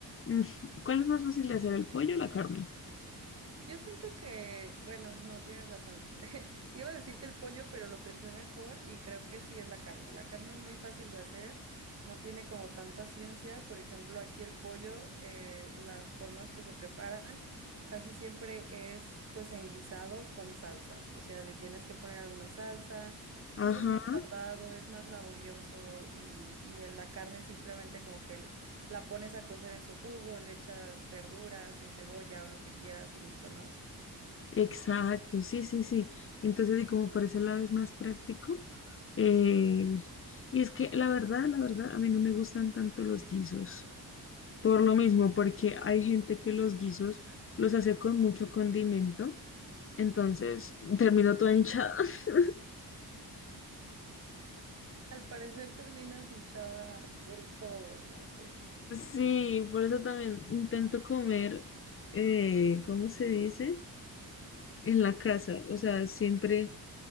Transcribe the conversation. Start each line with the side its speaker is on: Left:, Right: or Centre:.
Left: mm, ¿cuál es más fácil de hacer, el pollo o la carne?
Right: Yo siento que, bueno, no, tienes razón. <laughs> Iba a decir que el pollo, pero lo pensé mejor y creo que sí es la carne. La carne es muy fácil de hacer, no tiene como tanta ciencia. Por ejemplo, aquí el pollo, eh, las formas que se preparan casi siempre es pues en guisado con salsas. O sea, le tienes que poner alguna salsa,
Left: Ajá,
Right: pues es más tardado, es más laborioso y, y en la carne simplemente como que la pones a cocer en su jugo, le echas verduras o cebolla o lo que quieras y listo, ¿no?
Left: Exacto, sí, sí, sí. Entonces, y como por ese lado es más práctico. eh, y es que la verdad, la verdad, a mí no me gustan tanto los guisos. Por lo mismo, porque hay gente que los guisos los hace con mucho condimento. Entonces, termino toda hinchada. <laughs>
Right: Al parecer terminas hinchada por todo, Mafe.
Left: Sí, por eso también intento comer, eh, ¿cómo se dice? En la casa. O sea, siempre,